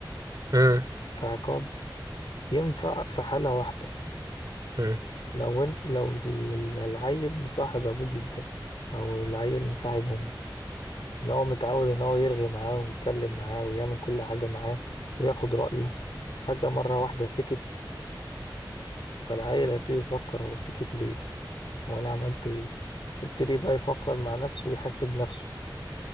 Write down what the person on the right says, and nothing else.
مم.
<laughs> مم.